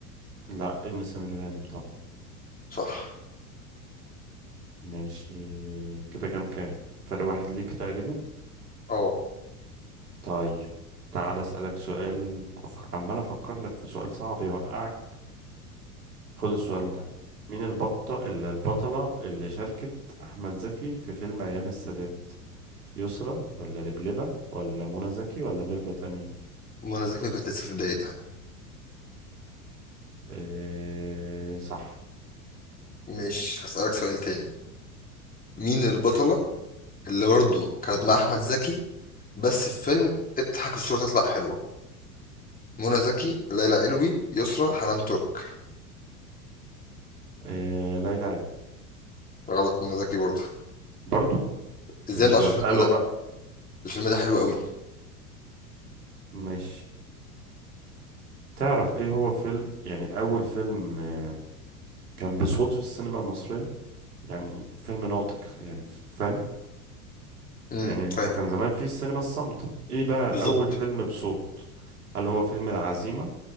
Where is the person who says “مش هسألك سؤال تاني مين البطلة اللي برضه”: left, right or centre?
Left